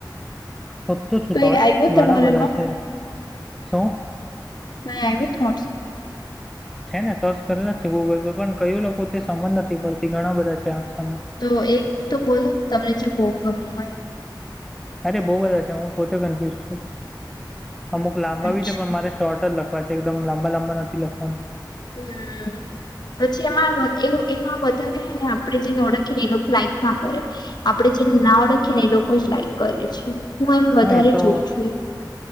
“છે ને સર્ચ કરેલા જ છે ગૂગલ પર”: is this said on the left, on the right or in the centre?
Centre